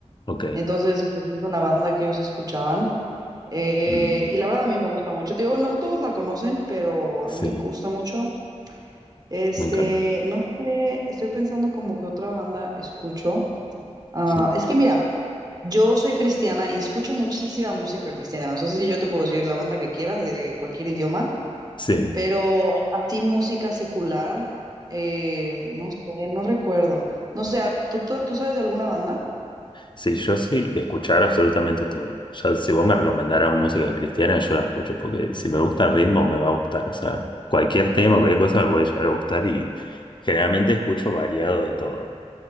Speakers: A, on the left; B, on the right.
A: ok.
B: Entonces, pues es una banda que ellos escuchaban. Eh,
A: Mm,
B: y la verdad a mí me gusta mucho. Te digo, no todos la conocen, pero a mí
A: Sí,
B: me gusta mucho. Este,
A: me encanta.
B: no sé, estoy pensando como que otra banda escucho. Ah,
A: Sí,
B: es que mira, yo soy cristiana y escucho muchísima música cristiana. O sea, si yo te puedo decir la banda que quieras de cualquier idioma,
A: sí.
B: pero así música secular, eh, no sé, no recuerdo. No sé, ah, ¿tú, tú, tú sabes de alguna banda?
A: Sí, yo soy de escuchar absolutamente todo. Ya, si vos me recomendaras música cristiana, yo la escucho, porque si me gusta el ritmo, me va a gustar. O sea, cualquier tema, cualquier cosa me puede llegar a gustar y generalmente escucho variado de todo.